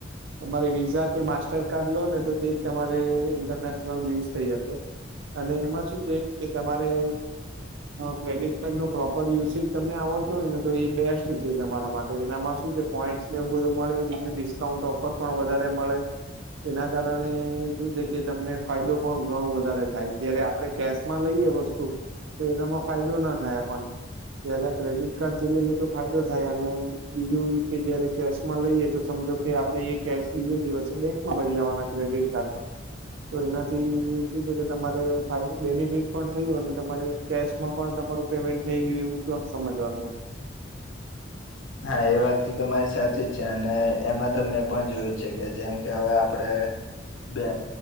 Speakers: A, on the right; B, on the left.
A: તમારી વિઝા કે માસ્ટ માસ્ટર કાર્ડ લો ને તો તે તમારે ઇન્ટરનેશનલ યુઝ થઈ હકે અને એમાં શું છે કે તમારે ક્રેડિટ કાર્ડ નો પ્રોપર યુસેજ તમને આવડતો હોય ને તો એ બેસ્ટ છે તમારા માટે એનામાં શું છે પોઈન્ટને એવું બધું મળે બીજ ડિસ્કાઉન્ટ ઓફર પણ વધારે મળે. એના કારણે શું છે કે તમને ફાયદો પણ ઘણો વધારે થાય જ્યારે આપ આપણે કેશમાં લઈએ વસ્તુ તો એનામાં ફાયદો ના થાય આપણને જયારે આ ક્રેડિટ કાર્ડ જોઈ લઈ તો ફાયદો થાય અને બીજું કે જયારે કેશ માં લઈએ તો સમજો કે આપણે એ કેશ બીજો દિવસ બે ફરી આવવાના ક્રેડિટ કાર્ડમાં તો એનાથી શું છે કે તમારે ફાયદો બેનિફિટ પણ થયું અને તમારે કેશ માં પણ તમારું પેમેન્ટ થઈ ગયું એવું <unintelligible> પણ સમજવાનું હો
B: હા એ વાત તો તમારી સાચી જ છે અને એમાં તમે પણ જોઈ છે કે જેમ કે હવે આપણે બે